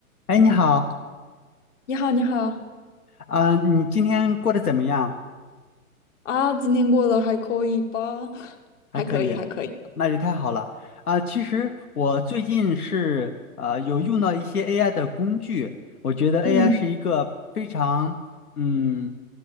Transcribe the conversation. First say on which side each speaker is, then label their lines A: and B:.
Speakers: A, on the left (about 85°); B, on the left (about 55°).
A: 哎，你好，
B: 你好，你好
A: 啊、你今天过得怎么样？
B: 啊，今天过得还可以吧？<laughs>
A: 还可以，
B: 还可以，还可以。
A: 那就太好了。啊、其实我最近是呃有用到一些 AI 的工具，我觉得 AI
B: 嗯
A: 是一个非常嗯